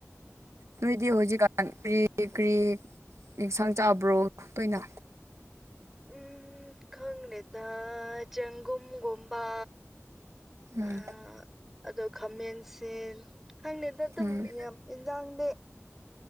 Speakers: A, on the right; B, in the centre.
A: ꯅꯣꯏꯗꯤ ꯍꯧꯖꯤꯛꯀꯥꯟ ꯀ꯭ꯔꯤ ꯀ꯭ꯔꯤ ꯑꯦꯟꯁꯥꯡ ꯆꯥꯕ꯭ꯔꯣ ꯇꫭꯏꯅ꯫
B: ꯎꯝ ꯈꯪꯗꯦꯗ ꯆꯪꯒꯨꯝꯒꯨꯝꯕꯥ
A: ꯎꯝ
B: ꯑ ꯑꯗꯣ ꯈꯥꯃꯦꯟꯁꯤꯟ ꯈꯪꯗꯦꯗ ꯑꯗꯨꯝ
A: ꯎꯝ
B: ꯌꯥꯝ ꯏꯟꯖꯥꯡꯗꯤ